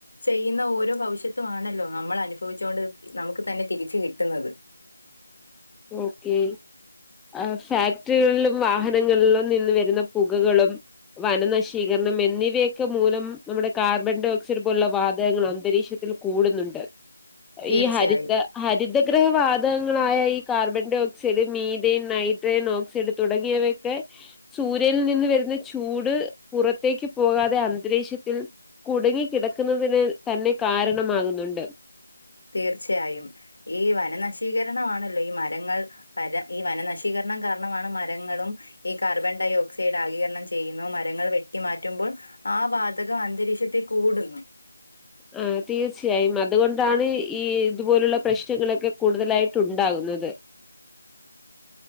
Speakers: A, on the left (about 70°); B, in the centre.
A: ചെയ്യുന്ന ഓരോ ഭവിശ്യത്തും ആണല്ലോ? നമ്മൾ അനുഭവിച്ചുകൊണ്ട് നമുക്ക് തന്നെ തിരിച് കിട്ടുന്നത്.
B: ഓക്കെ ആഹ്, ഫാക്ടറികളിലും, വാഹനങ്ങളിലും, നിന്ന് വരുന്ന പുകകളും. വനനശീകരണം എന്നിവയൊക്കെ മൂലം നമ്മുടെ കാർബൺ ഡയഓക്സൈഡ് പോലുള്ള വാതകങ്ങൾ അന്തരീക്ഷത്തിൽ- കൂടുന്നുണ്ട്.
A: <inaudible> തീർച്ചയായും
B: ഈ, ഹരിത ഹരിതഗ്രഹ വാതകങ്ങളായ ഈ... carbon dioxide. Methane nitrogen, oxide തുടങ്ങിയവയൊക്കെ സൂര്യനിൽ നിന്ന് വരുന്ന ചൂട് പുറത്തേക്ക് പോകാതെ അന്തരീക്ഷത്തിൽ. കുടുങ്ങി കിടക്കുന്നതിന് തന്നെ കാരണമാകുന്നുണ്ട്.
A: തീർച്ചയായും ഈ വനനശീകരണമാണല്ലോ? ഈ മരങ്ങൾ വരം ഈ വനനശീകരണം കാരണമാണ് മരങ്ങളും. ഈ കാർബൺ ഡൈ ഓക്സൈഡ് ആകീകരണം ചെയ്യുന്നു. മരങ്ങൾ വെട്ടി മാറ്റുമ്പോൾ. ആ, വാതകം അന്തരീക്ഷത്തിൽ കൂടുന്നു.
B: ആഹ്, തീർച്ചയായും. അതുകൊണ്ടാണ് ഈ, ഇതുപോലുള്ള പ്രശ്നങ്ങളൊക്കെ കൂടുതലായിട്ട്. ട്ടുണ്ടാകുന്നത്.
A: <inaudible>